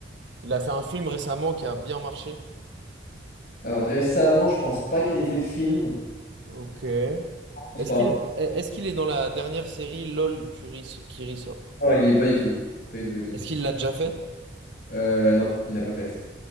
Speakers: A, on the right; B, on the left.
A: Il a fait un film récemment qui a bien marché?
B: Alors récemment, je pense pas qu'il ait fait de film.
A: Ok.
B: Je pense
A: Est-ce
B: pas.
A: qu'il est-ce qu'il est dans la dernière série LOL tu ris- qui ressort?
B: Non, il y est pas du tout. Pas du tout, pas du tout.
A: Est-ce qu'il l'a déjà fait?
B: Euh, non, il l'a pas fait.